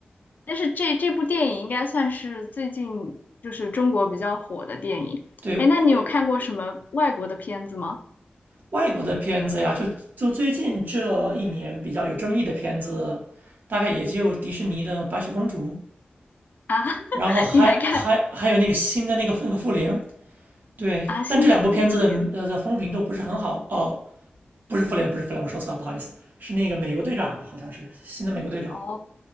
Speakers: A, on the left; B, on the right.
A: 但是这这部电影应该算是最近就是中国比较火的电影。
B: 对，
A: 哎，那你有看过什么外国的片子吗？
B: 因为外国的片子呀，就就最近这一年比较有争议的片子，大概也就迪士尼的《白雪公主》，
A: 啊，<laughs>
B: 然后还还还有那个新的那个那个复联。
A: 你还看
B: 对，
A: 啊？新的复联？
B: 但这两部片子的呃的风评都不是很好哦，不是复联，不是复联，我说错了，不好意思，是那个美国队长吧，好像是新的美国队长。
A: 哦